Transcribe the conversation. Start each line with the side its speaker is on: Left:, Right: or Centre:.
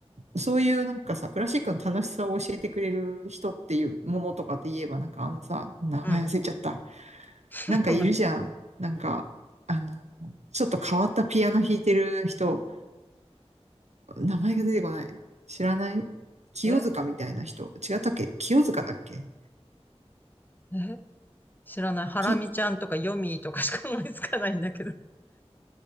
Right: う、そういうなんかさ、クラシックの楽しさを教えてくれる人っていうものとかって言えば、なんかあのさ、名前忘れちゃった。
Left: うん。<laughs>
Right: なんかいるじゃん。なんか、あの、ちょっと変わったピアノ弾いてる人、名前が出てこない。知らない清塚みたいな人。
Left: え、
Right: 違ったっけ清塚だっけ
Left: え知らない。ハラミちゃんとかヨミーとかしか思いつかないんだけど。
Right: き、